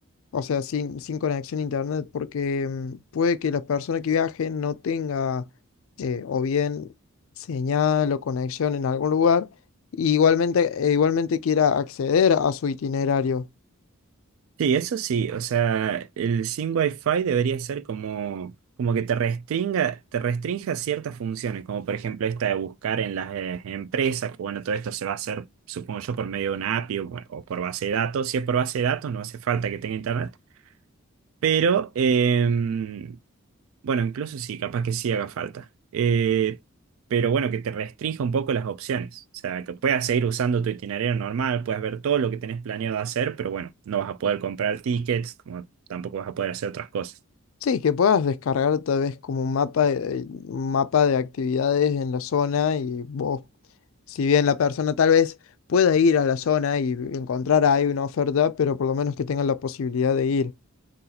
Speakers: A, on the left; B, on the right.
A: o sea, sin, sin conexión a internet, porque mm, puede que la persona que viaje no tenga eh, o bien señal o conexión en algún lugar, y igualmente, e igualmente quiera acceder a su itinerario.
B: Sí, eso sí, o sea, el sin Wi-Fi debería ser como, como que te restringa, te restrinja ciertas funciones, como por ejemplo esta de buscar en las eh, empresas, que bueno, todo esto se va a hacer, supongo yo, por medio de una API o, bueno, o por base de datos. Si es por base de datos, no hace falta que tenga internet, pero em, bueno, incluso sí, capaz que sí haga falta. Eh, pero bueno, que te restrinja un poco las opciones. O sea, que puedas seguir usando tu itinerario normal, puedas ver todo lo que tenés planeado hacer, pero bueno, no vas a poder comprar tickets, como tampoco vas a poder hacer otras cosas.
A: Sí, que puedas descargar tal vez como un mapa, eh, un mapa de actividades en la zona y vos, si bien la persona tal vez pueda ir a la zona y encontrar ahí una oferta, pero por lo menos que tenga la posibilidad de ir.